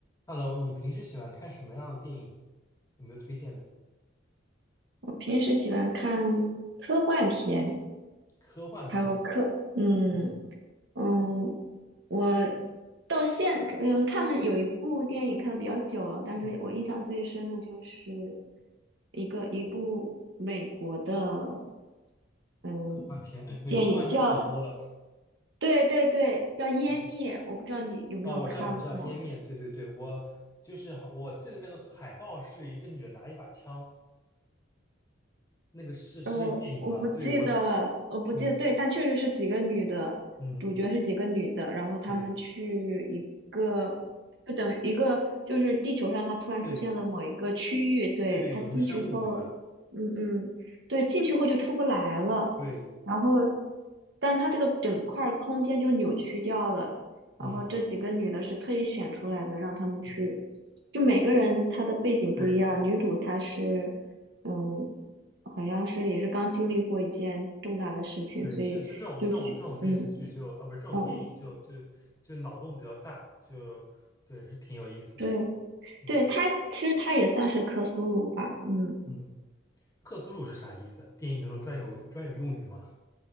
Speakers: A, on the left; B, on the right.
A: Hello，你平时喜欢看什么样的电影？有没有推荐的？
B: 我平时喜欢看科幻片，
A: 科幻片，
B: 还有科，嗯
A: 嗯
B: 嗯，我到现嗯看了有一部电影看的比较久了，但是我印象最深的就是
A: 嗯，
B: 一个一部美国的嗯
A: 科幻片，<laughs> 美国科幻片可多了。
B: 电影叫对对对叫《湮灭》，
A: 嗯
B: 我不知道你有没有看过。
A: 啊，我知道，我知道，《湮灭》，对对对，我就是好，我记得那个海报是一个女的拿一把枪，那个是是这部电影吗？
B: 呃，我不记得了，
A: 对，我，
B: 我不记得，
A: 嗯
B: 对，但确实是几个女的，
A: 嗯，
B: 主角是几个女的，然后她们去一个，
A: 对
B: 就等于一个，就是地球上它突然出现了某一个区域，
A: 对
B: 对，
A: 对对，
B: 它进去后，
A: 有什么生物对吧？
B: 嗯嗯，对，进去后就出不来了，
A: 对，
B: 然后，但它这个整块儿空间就扭曲掉了。
A: 嗯
B: 然后这几个女的是特意选出来的，让她们去，
A: 嗯，
B: 就每个人她的背景不一样。
A: 对对，
B: 女主她是，嗯，好像是也是刚经历过一件重大的事情，
A: 对，
B: 所以就去，
A: 是这这种这种这种电视剧就啊，
B: 嗯，
A: 不是这种电影就就就脑洞比较大，
B: 哦，
A: 就对，是挺有意思的。
B: 对
A: 嗯
B: 对，她其实她也算是克苏鲁吧，嗯。
A: 嗯，克苏鲁是啥意思？电影中专有专有用语吗？